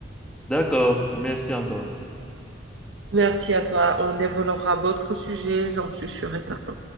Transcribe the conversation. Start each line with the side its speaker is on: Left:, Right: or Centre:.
Centre: D'accord, merci encore.
Right: Merci à toi. On développera d'autres sujets, j'en suis sûre et certaine.